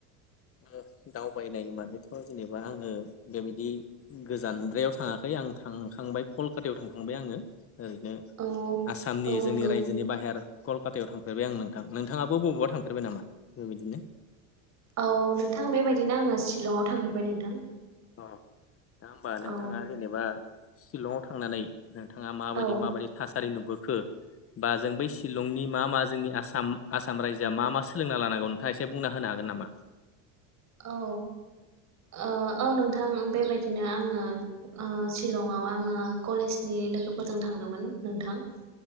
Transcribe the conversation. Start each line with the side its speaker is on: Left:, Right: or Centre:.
Left: <unintelligible> दावबायनाय मानेथ' जेनेबा आङो बेबायदि गोजानद्रायाव थाङाखै। आं थांखांबाय कलकातायाव थांखांबाय आङो। ओरैनो
Right: औ
Left: आसामनि
Right: औ
Left: जोंनि
Right: नंगौ
Left: रायजोनि बाहेर कल कातायाव थांफेरबाय आं नोंथां नोंथाङाबो बबावबा थांफेरबाय नामा बेबायदिनो?
Right: औ औ नोंथां बेबायदिनो आङो शिलंआव थांफेरबाय नोंथां।
Left: अ दा होमबा नोंथाङा
Right: औ
Left: जेनेबा शिलंआव थांनानै नोंथाङा माबायदि
Right: औ
Left: माबायदि थासारि नुबोखो? बा जों बै शिलंनि मा मा जोंनि आसाम आसाम रायजोआ मा मा सोलोंना लानांगौ नों थाङा एसे बुंना होनो हागोन नामा?
Right: औ ओ औ नोंथां बेबायदिनो आङो ओ सिलंआव आङो कलेजनि लोगोफोरजों थांदोमोन नोंथां।